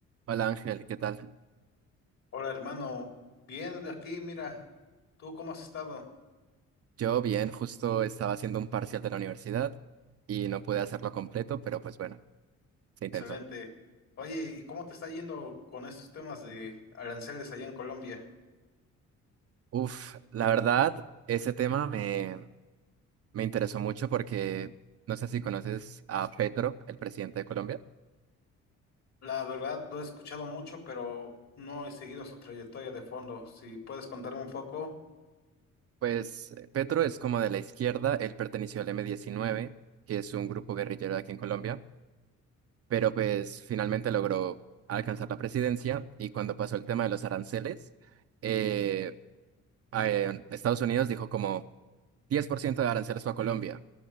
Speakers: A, on the right; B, on the left.
A: Hola Ángel, ¿qué tal?
B: Hola hermano, bien de aquí, mira, ¿tú cómo has estado?
A: Yo bien, justo estaba haciendo un parcial de la universidad y no pude hacerlo completo, pero pues bueno, se intentó.
B: Excelente. Oye, ¿y cómo te está yendo con estos temas de aranceles allá en Colombia?
A: Uf, la verdad, ese tema me, me interesó mucho porque no sé si conoces a Petro, el presidente de Colombia.
B: La verdad, lo he escuchado mucho, pero no he seguido su trayectoria de fondo. Si puedes contarme un poco.
A: Pues eh, Petro es como de la izquierda, él perteneció al M19, que es un grupo guerrillero de aquí en Colombia, pero pues finalmente logró alcanzar la presidencia y cuando pasó el tema de los aranceles, eh, a- eh, Estados Unidos dijo como 10% de aranceles fue a Colombia.